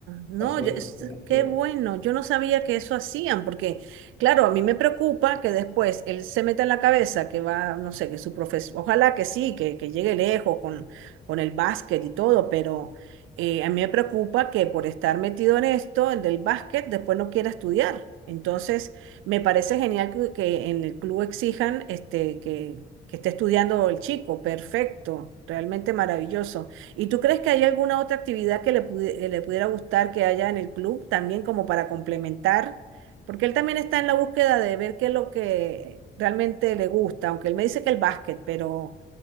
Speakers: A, on the right; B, on the left.
A: no,
B: pasó
A: yo-
B: de
A: es-
B: que estén reprobando.
A: qué bueno. Yo no sabía que eso hacían, porque, claro, a mí me preocupa que después él se meta en la cabeza que va, no sé, que su profesión, ojalá que sí, que, que llegue lejos con, con el básquet y todo, pero eh, a mí me preocupa que por estar metido en esto, el del básquet, después no quiera estudiar. Entonces, me parece genial que, que en el club exijan este, que, que esté estudiando el chico. Perfecto, realmente maravilloso. ¿Y tú crees que hay alguna otra actividad que le, pudi- eh, le pudiera gustar que haya en el club también como para complementar? Porque él también está en la búsqueda de ver qué es lo que realmente le gusta, aunque él me dice que el básquet, pero